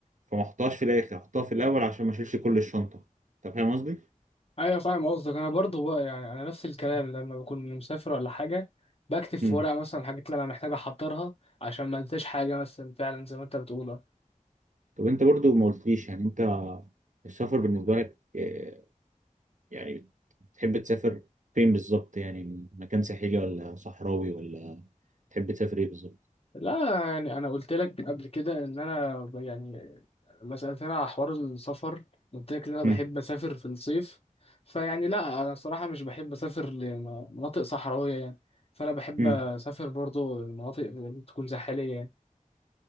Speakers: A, on the right (about 65°); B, on the left (about 45°).
A: فما احطهاش في الاخر احطها في الاول عشان ما اشيلش كل الشنطه انت فاهم قصدي؟
B: ايوه فاهم قصدك انا برضو بقى يعني انا نفس الكلام لما بكون مسافر ولا حاجه بكتب في
A: مم.
B: ورقه مثلا الحاجات اللي انا محتاج احضرها عشان ما انساش حاجه مثلا فعلا زي ما انت بتقول
A: طب انت برضو ما قلتليش يعني انت السفر بالنسبه لك آه، يعني بتحب تسافر فين بالظبط يعني مكان ساحلي ولا صحراوي ولا تحب تسافر ايه بالظبط؟
B: لا يعني انا قلت لك قبل كده ان انا ب- يعني لما سالتني على حوار السفر قلت لك ان انا بحب
A: مم.
B: اسافر في الصيف فيعني لا انا الصراحه مش بحب اسافر لمناطق صحراويه يعني فانا بحب
A: مم.
B: اسافر برضو المناطق تكون ساحليه يعني